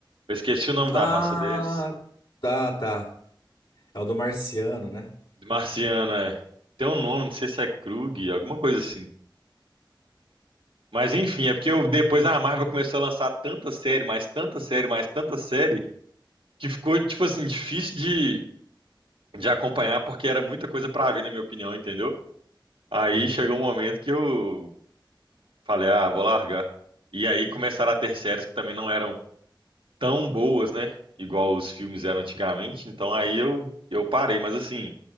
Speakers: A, on the right; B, on the left.
A: Eu esqueci o nome
B: Ah,
A: da raça deles.
B: tá, tá. É o do Marciano, né?
A: Marciana, é. Tem um nome, não sei se é Krug, alguma coisa assim. Mas enfim, é porque eu, depois a Marvel começou a lançar tanta série, mais tanta série, mais tanta série. que ficou, tipo assim, difícil de, de acompanhar, porque era muita coisa pra ver, na minha opinião, entendeu? Aí
B: Uhum.
A: chegou um momento que eu falei, ah, vou largar. E aí começaram a ter séries que também não eram tão boas, né? Igual os filmes eram antigamente. Então aí eu, eu parei. Mas assim,